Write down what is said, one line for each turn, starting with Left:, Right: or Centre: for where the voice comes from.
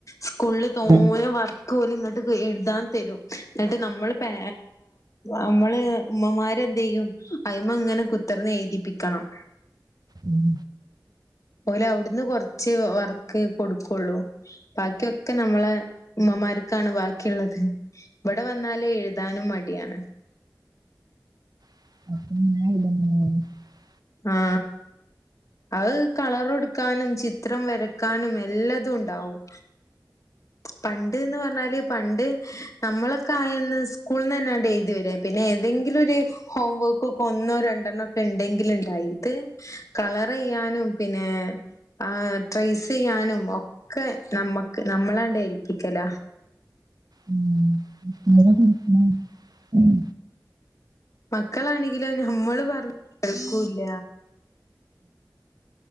Left: സ്കൂള് തോനെ
Right: ഹലോ
Left: വർ കോല് ഇങ്ങോട്ട് എഴുതാൻ തരും എന്നിട്ട് നമ്മൾ പെ നമ്മള് ഉമ്മമാരെന്ത്‌ ചെയ്യും അയിമ്മ ഇങ്ങനെ കുത്തിർന്ന് എഴുതിപ്പിക്കണം.
Right: ഉം
Left: പോലെ അവിടുന്ന് കൊറച്ച് വർക്ക് കൊടുക്കുള്ളൂ ബാക്കിയൊക്കെ നമ്മള് ഉമ്മമാർക്കാണ് ബാക്കിയുള്ളത്. ഇവിടെ വന്നാലേ എഴുതാനും മ ടിയാണ്
Right: അപ്പ <unintelligible>
Left: ആ അത് കളറ്കൊടുക്കാനും ചിത്രം വരക്കാനും എല്ലാതു ഉണ്ടാവും പണ്ട്ന്ന് പറഞ്ഞാല് പണ്ട് നമ്മളൊക്കെ ആയന്ന് സ്കൂളിന്ന് തന്നെയങ്ങോട്ട്‌ എഴുതി വരുവാരുന്നു പിന്നെ ഏതെങ്കിലും ഒരു ഹോം വർകൊക്കെ ഒന്നോ രണ്ടെണൊക്കെ ഉണ്ടെങ്കിലുണ്ടായി ഇത് കളർ ചെയ്യാനും പിന്നെ ആ ട്രൈസ് ചെയ്യാനും ഒക്കെ നമ്മുക്ക് നമ്മളാണ്ട യിപ്പിക്കല
Right: ഉം ഉം <unintelligible> ഉം
Left: മക്കളാണെങ്കിലും നമ്മള് പറഞ്ഞ കേക്കൂല്ല